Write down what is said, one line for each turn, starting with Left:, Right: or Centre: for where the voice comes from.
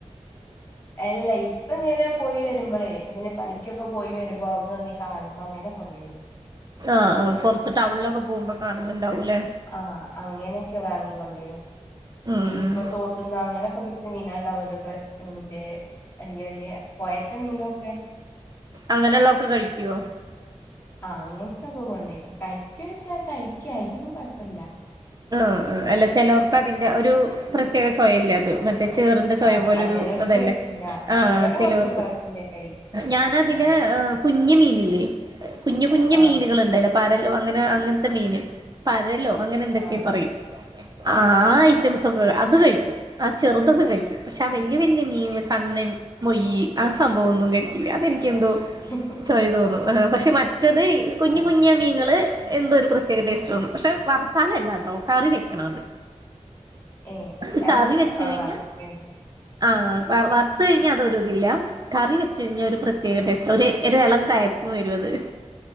Left: അല്ല ഇപ്പൊ ഇങ്ങനെപോയി വരുമ്പോളേ പിന്നെ പണിക്കൊക്കെ പോയി വരുമ്പോ അവിടുന്ന് ന്നെവിടന്ന് കാണുമ്പോ അങ്ങനെ കൊണ്ടരും
Right: ആഹ് ആഹ് പൊറത്ത് ടൗണിലൊക്കെ പോകുമ്പോ കാണുന്നുണ്ടാവൂല്ലേ
Left: ആ അങ്ങനൊക്കെ വാങ്ങിക്കൊണ്ടരും
Right: ഉം
Left: ഈ
Right: ഉം
Left: ഇപ്പൊ തോട്ട്ന്ന് അങ്ങനെയൊക്കെ പിടിച്ച മീനാ <unintelligible> എ പൊയേത്തെ മീനൊക്കെ
Right: അങ്ങനെള്ള ഒക്കെ കയ്ക്കുവോ
Left: ആ അങ്ങനത്തൊക്കെ കൊണ്ടരും കയ്ക്കെച്ചാ കയ്ക്ക അയ്നൊന്നും കൊയപ്പല്ല
Right: ആ അല്ല ചെലോർക്ക് അതിന്റെ ഒരു പ്രത്യേക ചൊയല്ലേ അത് മറ്റേ ചേറിന്റെ ചൊയ
Left: ആഹ്
Right: പോലെ ഒരു
Left: ചിലവർക്ക്
Right: ഇതല്ലേ
Left: പറ്റില്ല
Right: ആ
Left: ഇവിടെ
Right: ചിലോർക്ക്
Left: ഓക്കെ കുഴപ്പമില്ല കഴി
Right: ഞാനതില്
Left: ആഹ്
Right: കുഞ്ഞ് മീനല്ലേ കുഞ്ഞ്കുഞ്ഞ്
Left: ആഹ്
Right: മീനുകള് ഇണ്ടല്ലോ പരലോ അങ്ങനെ അങ്ങനത്തെ മീന് പരലോ അങ്ങനെ എന്തൊക്കെ
Left: ആഹ്
Right: പറയും ആ ആ ഐറ്റംസ് ഒക്കെ അത് കഴിക്കും ആ ചെറുതൊക്കെ കഴിക്കും പക്ഷേ വല്യ വല്ല്യമീന് കണ്ണൻ മുയ്യ് ആ സംഭവം ഒന്നും കഴിക്കില്ല അതെനിക്കെന്തോ
Left: ഹ് ഹ്
Right: ചൊയ തോന്നും പക്ഷെ മറ്റത് കുഞ്ഞു
Left: ആഹ്
Right: കുഞ്ഞ മീങ്ങള് എന്തോ ഒരു പ്രത്യേക ടേസ്റ്റ് തോന്നും പക്ഷെ വർത്താലല്ലാട്ടോ കറി വെക്കണം അത്
Left: ഏ
Right: അത്
Left: ഞങ്ങള്
Right: കറി വെച്ച്
Left: ആ
Right: കഴിഞ്ഞാൽ
Left: വറ്ക്കാണ്
Right: ആഹ് വറുത്ത് കഴിഞ്ഞാ അത് ഒരു ഇതില്ല കറി വെച്ച് കഴിഞ്ഞാൽ ഒരു പ്രത്യേക ടേസ്റ്റ് ഒരു ഒരു എളം കയപ്പ് വരും അത്